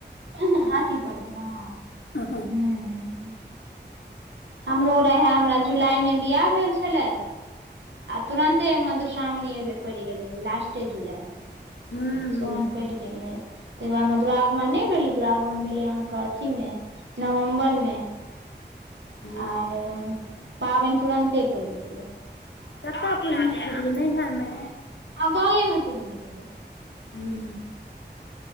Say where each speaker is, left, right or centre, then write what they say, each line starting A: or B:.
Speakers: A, on the right (about 85°); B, on the left (about 80°).
A: हं हं आंठी परोर हं
B: हूँ
A: हूँ। हमरो रहे हमरा जुलाय मे बियाह भेल छेलै। आ तुरन्ते मधुश्रावनी ओई बेर पैड़ गेलै लास्टे जुलाय मे
B: हूँ
A: सौन पड़ि गेलै तय दूआरे हमर दुरागमन नय भेलै दुरागमन भेलै अहाँके अथी मे नवम्बर मे
B: हँ
A: आर पाबईन तुरंते पैर गेलय।
B: कत्त पूजने छलियै नैहर में?
A: हं गाँंवे में पूजने रैहियै।
B: हूँ